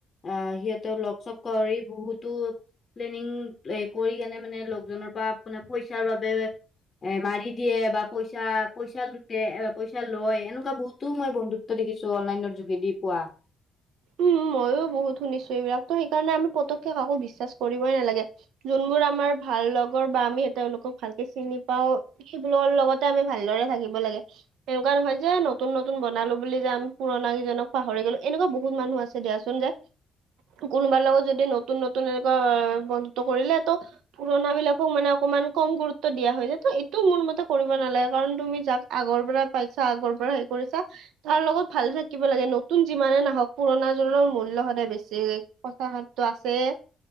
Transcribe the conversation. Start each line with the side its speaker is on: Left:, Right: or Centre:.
Left: আহ সিহঁতেও লগ চগ কৰি বহুতো প্লেনিং এ কৰি কেনে মানে লকজনৰ পৰা মে পইচাৰ বাবে এ মাৰি দিয়ে বা পইচা পইচা লুতে, পইচা লয়, এনেকোৱা বহুতো মই বন্ধুত্ব দে খিছো অনলাইনৰ যোগেদি পোৱা
Right: উম মইয়ো বহুত শুনিছো এইবিলাক ত সেইকাৰণে আমি পতকে কাকো বিশ্বাস কৰিবই নালাগে যোনবোৰ আমাৰ ভাল লগৰ বা আমি তেওঁলোকক ভালকে চিনি পাও সেইবিলৰ লগতে আমি ভালদৰে থাকিব লাগে এনেকোৱা নহয় যে নতুন নতুন বনালো বুলি যে আমি পুৰণা কিজনক পাহৰি গলো এনেকোৱা বহু বহুত মানুহ আছে দিয়াচোন যে কোনোবাৰ লগত যদি নতুন নতুন এনেকোৱা বন্ধুত্ব কৰিলে ত পুৰণা বিলাকক মানে অক ইমান কম গুৰুত্ব দিয়া হৈ যে ত এইটো মোৰ মতে কৰিব নালাগে কাৰণ তুমি যাক আগৰ পৰা পাইছা আগৰ পৰা হে কৰিছা তাৰ লগত ভালে থাকিব লাগে নতুন যিমানে নাহক পুৰণা জোৰনৰ মূল্য সদায় বেছি কথাষাৰটো আছে